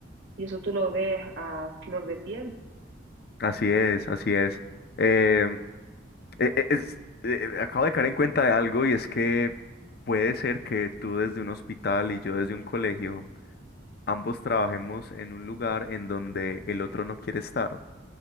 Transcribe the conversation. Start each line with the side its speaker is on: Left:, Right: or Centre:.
Right: Y eso tú lo ves a flor de piel.
Left: Así es, así es. Em, e- e- es- eh, acabo de caer en cuenta de algo y es que puede ser que tú desde un hospital y yo desde un colegio, ambos trabajemos en un lugar en donde el otro no quiere estar.